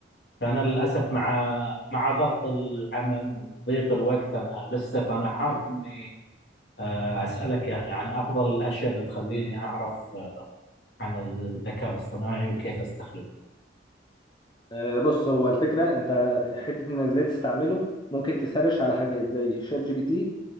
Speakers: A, on the left; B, on the left.
A: فأنا للأسف مع مع ضغط العمل وضيق الوقت أنا لسه فأنا حاب إني آه، أسألك يعني عن أفضل الأشياء اللي تخليني أعرف آه، عن الذكاء الاصطناعي وكيف أستخدمه.
B: آه، بص هو الفكرة انت حتة انك ازاي تستعمله ممكن تسرش على حاجات زي شات جي بي تي